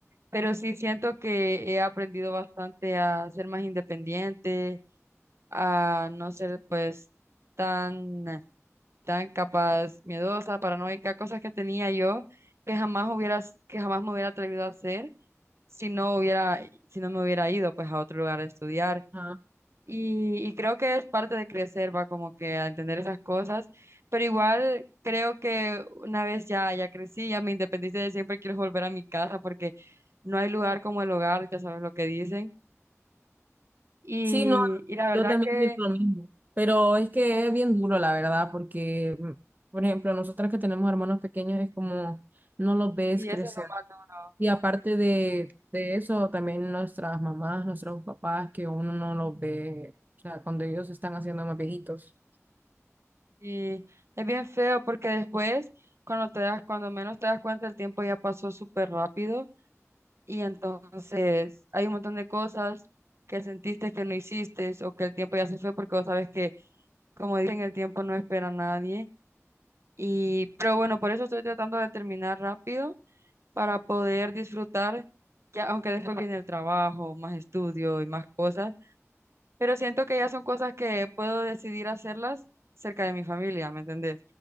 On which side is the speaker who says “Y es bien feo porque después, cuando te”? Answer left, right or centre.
Right